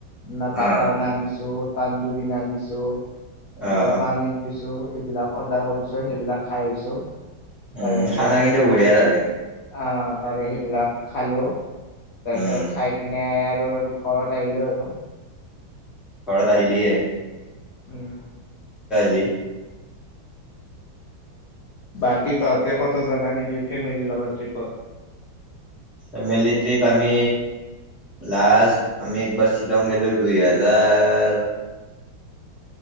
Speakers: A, on the left; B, in the centre.
A: ন বাটাৰ
B: অ
A: নান দিছো। তানদুৰনা দিছো তাৰ
B: অ
A: পিছত পানীৰ দিছো। সেইবিলাক অৰ্ডাৰ কৰিছো সেইবিলাক খাই আহিছো। তাৰে
B: উম
A: পিছত
B: খানা কিন্তু বঢ়িয়া তাৰে
A: আহ তাৰ সেইবিলাক খালোঁ তাৰপিছত
B: উম,
A: খাই কিনে ঘৰত আহিলো আৰু
B: ঘৰত আহিলীয়ে
A: উম
B: লি <unintelligible>
A: বাকী তহঁতে কত জা নেকি ফেমিলিৰ লগত ট্ৰিপত
B: ফেমিলি ত্ৰিপ আমি লাষ্ট আমি একবাৰ শ্বিলং গলো দুই হাজাৰ।